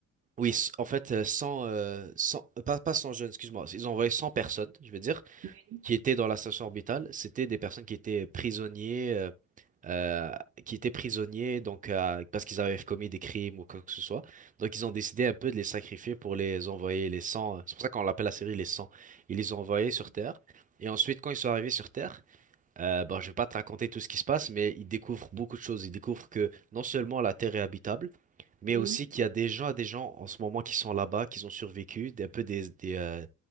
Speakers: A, on the right (about 25°); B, on the right (about 45°).
A: oui, c- en fait, euh, 100, euh, 100 pas, pas 100 jeunes, excuse-moi, ils ont envoyé 100 personnes, je veux dire.
B: Oui,
A: qui étaient dans la station orbitale, c'était des personnes qui étaient prisonniers, euh, euh, qui étaient prisonniers donc à- parce qu'ils avaient commis des crimes ou quoi que ce soit. Donc ils ont décidé un peu de les sacrifier pour les envoyer les 100. C'est pour ça qu'on l'appelle la série les 100. Ils les ont envoyés
B: oui.
A: sur Terre. Et ensuite, quand ils sont arrivés sur Terre, euh, bon, je vais pas te raconter tout ce qui se passe, mais ils découvrent beaucoup de choses. Ils découvrent que non seulement la Terre est habitable, mais
B: oui.
A: aussi qu'il y a des gens, des gens en ce moment qui sont là-bas, qui ont survécu, un peu des, des, euh,